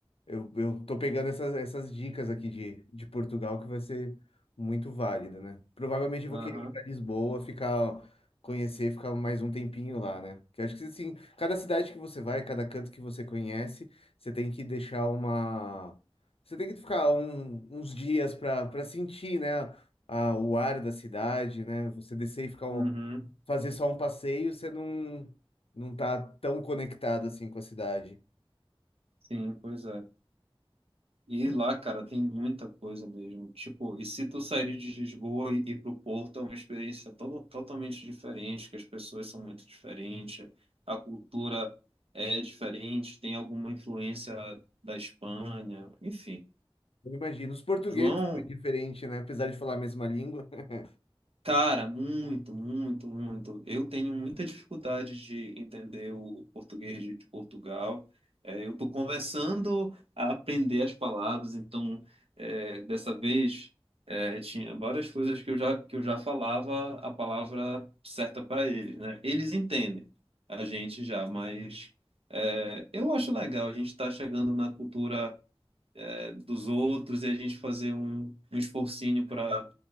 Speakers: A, on the left; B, on the right.
A: eu, eu tô pegando essas, essas dicas aqui de, de Portugal que vai ser muito válida, né? Provavelmente eu
B: Aham.
A: vou querer ir para Lisboa, ficar, conhecer, ficar mais um tempinho lá, né? Que eu acho que assim, cada cidade que você vai, cada canto que você conhece, você tem que deixar uma. Você tem que ficar um- uns dias para para sentir, né? A, o ar da cidade, né? Você descer e ficar um,
B: Uhum.
A: fazer só um passeio, você não, não tá tão conectado assim com a cidade.
B: Sim, pois é. E lá, cara, tem muita coisa mesmo. Tipo, e se tu sair de Lisboa e ir pro Porto, é uma experiência to totalmente diferente, que as pessoas são muito diferentes, a cultura é diferente, tem alguma influência da Espanha, enfim.
A: Eu imagino. Os portugueses
B: João
A: foi diferente, né? Apesar de falar a mesma língua. <laughs>
B: Cara, muito, muito, muito. Eu tenho muita dificuldade de entender o português de de Portugal. É, eu estou começando a aprender as palavras, então é, dessa vez é, tinha várias coisas que eu já, que eu já falava a palavra certa para eles, né? Eles entendem a gente já, mas é, eu acho legal a gente estar chegando na cultura é, dos outros e a gente fazer um, um esforcinho para,